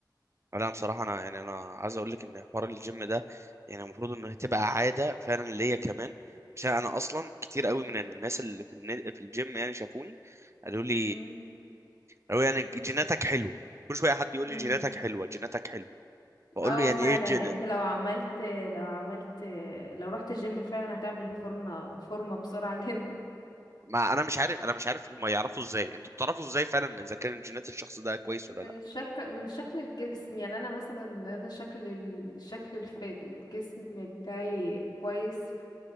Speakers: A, on the right; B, on the left.
A: لا بصراحة أنا يعني أنا عايز أقول لك إن حوار الجيم ده يعني المفروض إنه تبقى عادة فعلا ليا كمان عشان أنا أصلا كتير قوي من الناس اللي في الناد- في الجيم يعني شافوني قالوا لي
B: مم.
A: قالوا لي يعني جيناتك حلوة كل شوية حد يقول
B: مم.
A: لي جيناتك حلوة جيناتك حلوة بقول
B: اه
A: له يعني
B: فعلا
A: إيه الجين
B: انت لو عملت لو عملت لو رحت الجيم فعلا هتعمل فورمة فورمة بسرعة <laughs> جدا
A: ما أنا مش عارف أنا مش عارف هما يعرفوا إزاي أنتوا بتعرفوا إزاي فعلا إذا كان جينات الشخص ده كويس ولا
B: من شكل من شكل الجسم يعني انا مثلا انا شكل ال- الشكل الف- الجسم بتاعي كويس